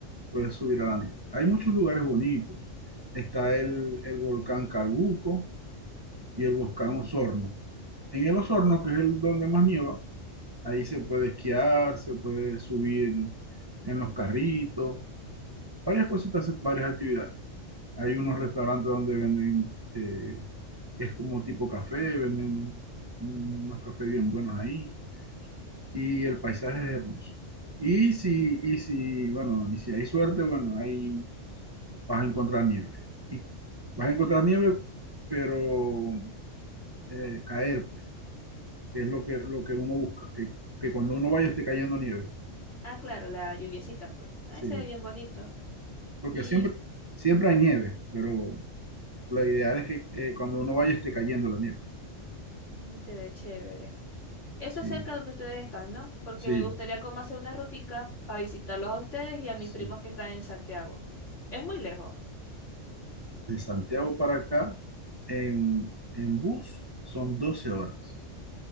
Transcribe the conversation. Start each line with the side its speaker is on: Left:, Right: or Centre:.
Right: puedes subir a la nieve. Hay muchos lugares bonitos. Está el, el volcán Carbuco y el volcán
Left: mm,
Right: Osorno. En el Osorno, que es el donde más nieva, ahí se puede esquiar, se puede subir en los carritos, varias cositas, varias actividades. Hay unos restaurantes donde venden, eh, es como tipo café, venden unos cafés bien buenos ahí y el paisaje es hermoso. Y si,
Left: mm.
Right: y si, bueno, y si hay suerte, bueno, ahí vas a encontrar nieve. Y vas a encontrar nieve, pero eh, caer, pues, que es lo que, lo que uno busca, que, que cuando uno vaya esté cayendo nieve.
Left: Ah, claro, la lluviecita, pues. Ahí
Right: Sí,
Left: se ve bien bonito.
Right: porque
Left: Y
Right: siempre, siempre hay nieve, pero lo ideal es que eh, cuando uno vaya esté cayendo la nieve.
Left: mm, se ve chévere. Eso
Right: Sí,
Left: es cerca donde ustedes están, ¿no? Porque
Right: sí.
Left: me gustaría como hacer una rutica para visitarlos a ustedes y a mis
Right: Sí.
Left: primos que están en Santiago. Es muy lejos.
Right: De Santiago para acá, en, en bus, son 12 horas.